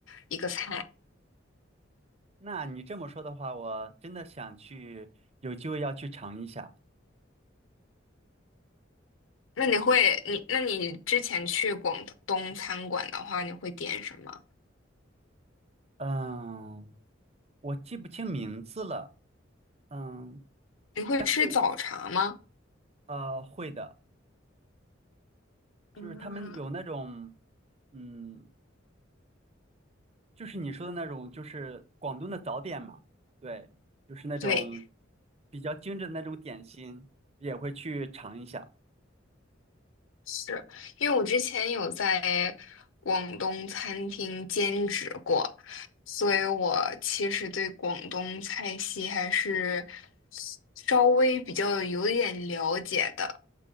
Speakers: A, on the left (about 85°); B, on the right (about 35°).
A: 一个菜。
B: 那你这么说的话，我真的想去，有机会要去尝一下。
A: 那你会你那你之前去广东餐馆的话，你会点什么？
B: 嗯，我记不清名字了，嗯，
A: 你会吃早茶吗？
B: 但是我呃，会的，就是他们有那种。
A: 嗯，
B: 嗯，就是你说的那种，就是广东的早点嘛，对，就是那种
A: 对。
B: 比较精致的那种点心，也会去尝一下。
A: 是因为我之前有在广东餐厅兼职过，所以我其实对广东菜系还是稍微比较有一点了解的。